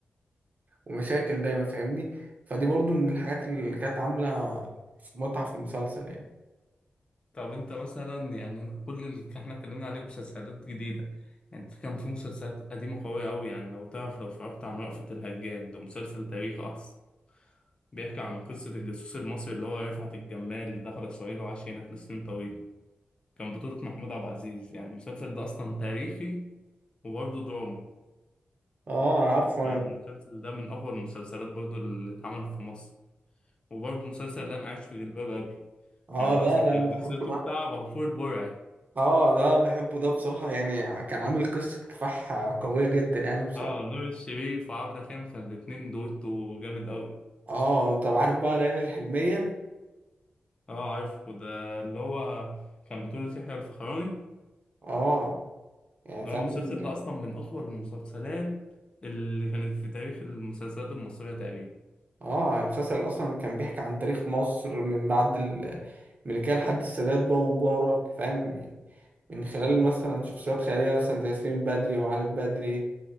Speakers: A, on the right; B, on the left.
A: ومشاكل دايما فاهمني فدي برضو من الحاجات اللي كانت عاملة متعة في المسلسل يعني
B: طب انت مثلا يعني انت كل اللي احنا اتكلمنا عليه مسلسلات جديدة يعني في كان في مسلسلات قديمة قوية أوي يعني لو تعرف لو اتفرجت عن رأفت الهجان ده مسلسل تاريخ أصلا بيحكي عن قصة الجاسوس المصري اللي هو رفعت الجمال دخل إسرائيل وعاش هناك لسنين طويلة كان بطولة محمود عبد العزيز يعني المسلسل ده أصلا تاريخي وبرضه دراما
A: اه عارفه انا
B: المسلسل
A: ده.
B: ده من أقوى المسلسلات برضه اللي اتعمل في مصر وبرضه مسلسل اللي أنا عايش في جلباب أبي
A: اه
B: يعني ده
A: لا
B: أصلا
A: لا
B: كانت
A: بحبه
B: قصته
A: ده
B: بتاع عبد الغفور البرعي
A: اه ده بحبه ده بصراحة يعني كان عامل قصة كفاح قوية جدا يعني بصراحة
B: اه نور الشريف وعبده كامل كان الاتنين دويتو جامد قوي
A: اه طب عارف بقى ليالي الحلمية
B: اه عارف وده اللي هو كان بطولة يحيى الفخراني اللي
A: اه يعني فعلا
B: هو المسلسل ده اصلا من اطول المسلسلات اللي كانت في تاريخ المسلسلات المصرية تقريبا
A: اه يعني المسلسل اصلا كان بيحكي عن تاريخ مصر من بعد الملكية لحد السادات بقى ومبارك فاهم يعني من خلال مثلا شخصيات خيالية مثلا زي سليم البدري وعلي البدري